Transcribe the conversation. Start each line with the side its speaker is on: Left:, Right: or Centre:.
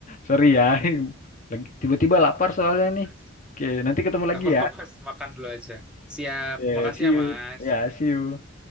Left: Sorry ya, <laughs> lagi tiba-tiba lapar soalnya
Centre: Aman,
Left: nih.
Centre: Mas.
Left: Oke, nanti ketemu lagi
Centre: Gak apa-apa,
Left: ya.
Centre: Mas. Makan dulu aja. Siap.
Left: Oke,
Centre: Makasih
Left: see you.
Centre: ya, Mas.
Left: Ya, see you.